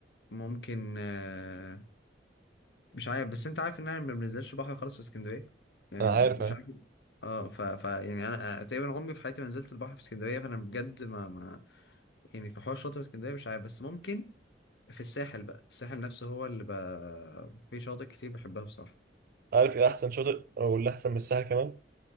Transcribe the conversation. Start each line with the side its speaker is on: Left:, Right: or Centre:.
Left: ممكن آه، مش عارف بس انت عارف ان انا ما بنزلش بحر خالص في اسكندريه يعني
Right: انا
Left: مش
Right: عارف اهي
Left: عارف اه ف... ف يعني انا آه، تقريبا عمري في حياتي ما نزلت البحر في اسكندريه فانا بجد ما, ما يعني في حوار شاطئ في اسكندريه مش عارف بس ممكن في الساحل بقى الساحل نفسه هو اللي بقى في شواطئ كتير بحبها بصراحه
Right: عارف ايه احسن شاطئ او اللي احسن من الساحل كمان